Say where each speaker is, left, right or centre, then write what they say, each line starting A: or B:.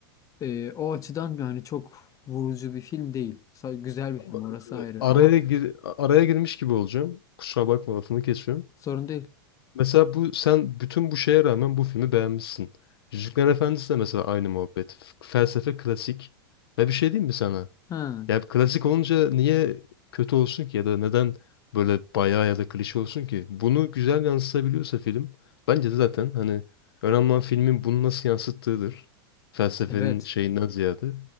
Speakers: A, on the left; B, on the left.
A: e, o açıdan yani çok vurucu bir film değil. Sa- Güzel bir film
B: Ama,
A: orası ayrı
B: e, Araya
A: ama
B: gir araya girmiş gibi olacağım. Kusura bakma lafını kesiyorum.
A: Sorun değil.
B: Mesela bu sen bütün bu şeye rağmen bu filmi beğenmişsin. Yüzüklerin Efendisi de mesela aynı muhabbet. F- Felsefe klasik. Ve bir şey diyeyim mi sana?
A: Ha,
B: Yani klasik olunca niye kötü olsun ki ya da neden böyle bayağı ya da klişe olsun ki? Bunu güzel yansıtabiliyorsa film bence de zaten hani önemli olan filmin bunu nasıl yansıttığıdır. Felsefenin
A: evet.
B: şeyinden ziyade.